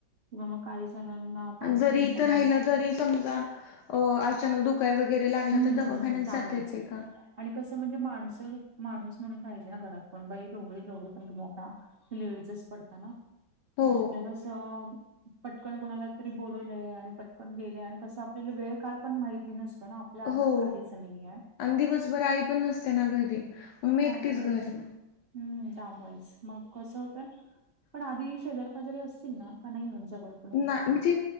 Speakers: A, on the right (about 85°); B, on the left (about 70°).
A: किंवा मग काही जणांना. पाणी
B: जरी
A: पण
B: इ
A: कमी
B: तर राहिलं
A: होत
B: तरी समजा अ अचानक दुख. काय वगैरे लागलं
A: हम्म
B: तर दवाखान्यास
A: हम्म त्यामुळेच
B: जाता येतेका?
A: आणि कसं म्हणजे माणस, माणूस म्हणून पाहिजे ना घरातून बाई दोघे हे दोघ पण कमवता. लेडीज पडत ना.
B: हो
A: मग आपल्या कस पटकन कोणाला तरी बोलवलंय आणि प. पण गेले आणि कसं आपल्याला वेळ काळ पण माहिती नसतो ना आपल्या हातात
B: हो
A: काहीच नाहीये
B: आणि दिवसभर आई पण नसते ना घरी मग मी
A: हामता
B: एकटीच घरी.
A: हम्म त्यामुळेच मग कसं होतय पण
B: हां
A: आधी
B: ना.
A: शेजार शेजारी असतील ना का नाही ह्यांच्या मुळे
B: ना म्हणजे